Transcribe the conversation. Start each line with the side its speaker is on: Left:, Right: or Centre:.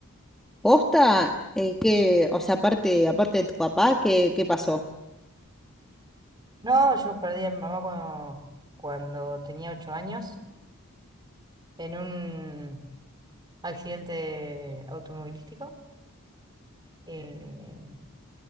Centre: Posta, eh, que, o sea, aparte, aparte de tu papá, ¿qué, qué pasó?
Right: No, yo perdí a mi mamá cuando, cuando tenía ocho años. en un accidente automovilístico. Eh,